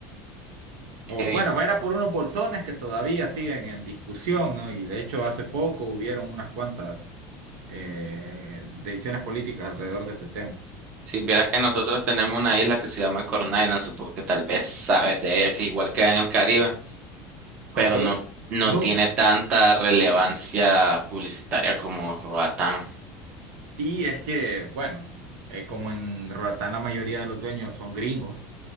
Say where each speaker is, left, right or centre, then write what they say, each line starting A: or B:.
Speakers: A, on the right; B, on the right.
A: O
B: ok.
A: bueno, era por unos bolsones que todavía siguen en discusión, ¿no? Y de hecho hace poco hubieron unas cuantas eh, decisiones políticas alrededor de ese tema.
B: Si vieras que nosotros tenemos una isla que se llama Corn Island, supongo que tal vez sabes de ella, que igual queda en el Caribe,
A: Ok.
B: pero no, no
A: No,
B: tiene tanta relevancia publicitaria como Roatán.
A: sí, es que, bueno, eh, como en Roatán la mayoría de los dueños son gringos.